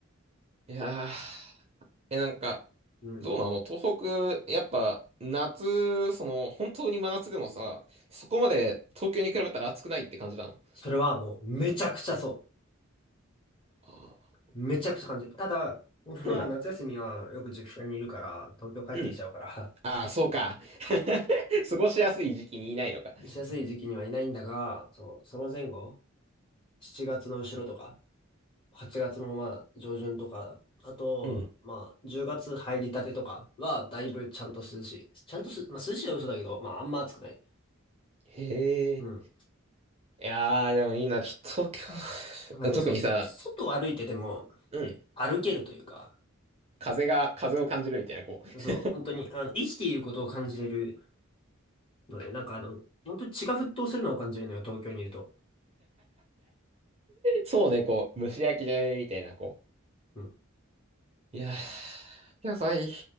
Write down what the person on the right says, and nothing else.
う。いやー、え、なんか、
どうなの東北、やっぱ、夏、その、本当に真夏でもさ、そこまで東京に比べたら暑くないって感じなの
あ
ーうん。
うん。ああ、そうか。<laughs> 過ごしやすい時期にいないのか。
うん。
へえ。
いやー、でもいいな。ちょっと今
日、<laughs> 特にさ、
うん。
風が、風を感じるみたいな、こう。
そうね、こう、蒸し焼きじゃねみたいな、こ
う。いやー、野菜。